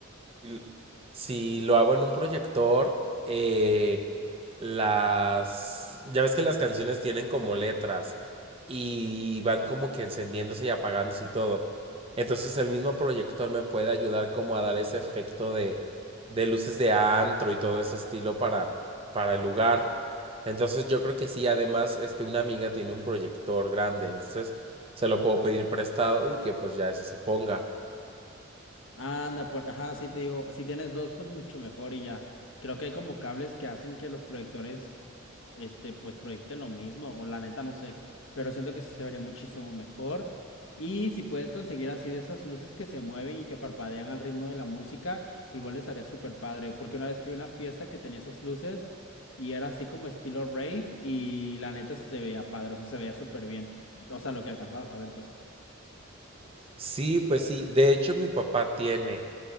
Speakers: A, on the right (about 30°); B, on the left (about 70°).
A: l- si lo hago en un proyector, eh, las... Ya ves que las canciones tienen como letras y van como que encendiéndose y apagándose y todo. Entonces el mismo proyector me puede ayudar como a dar ese efecto de, de luces de antro y todo ese estilo para, para el lugar. Entonces yo creo que sí, además, este, una amiga tiene un proyector grande, entonces se lo puedo pedir prestado y que pues ya ese se ponga.
B: Anda, por, ajá, sí te digo, si tienes dos, pues mucho mejor y ya. Creo que hay como cables que hacen que los proyectores, este, pues proyecten lo mismo, o la neta no sé, pero siento que sí se vería muchísimo mejor. Y si puedes conseguir así de esas luces que se mueven y que parpadean al ritmo de la música, igual estaría súper padre, porque una vez fui a una fiesta que tenía esas luces y era así como estilo rave y la neta se veía padre, o sea, se veía súper bien, o sea, lo que alcanzabas a ver, pues.
A: Sí, pues sí. De hecho, mi papá tiene.